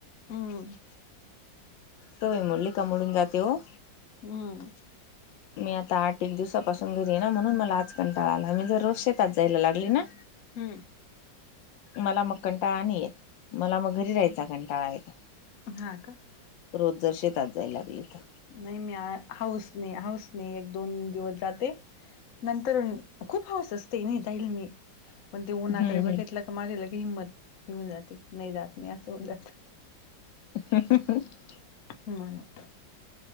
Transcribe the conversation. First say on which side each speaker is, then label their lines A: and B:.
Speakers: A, on the left; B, on the left.
A: हंम्म.
B: सवय मोडलीका मोडून जाते. हो.
A: हंम्म.
B: मी आता आठ एक दिवसापासून घरी ये ना. म्हणूनं मला आज कंटाळा आला. मी दररोज शेतात जायलां लागली ना.
A: हंम्म.
B: मला मग कंटाळा नाही येत. मला मगं घरी रायचां कंटाळा येतो.
A: हा का?
B: रोज जर शेतातं जायला लागले इथं
A: नाही. मी हाऊस नाही. हाऊस एक, दोन दिवस जाते. नंतर खूप हाऊस असते. नाही मी जाईल मी पण ते उन्हाकडे
B: हम्म
A: बघितलं का? माझी लगेच हिंमत निघून जाते. नाही जात मी असं ब जत
B: <unintelligible>
A: <unintelligible>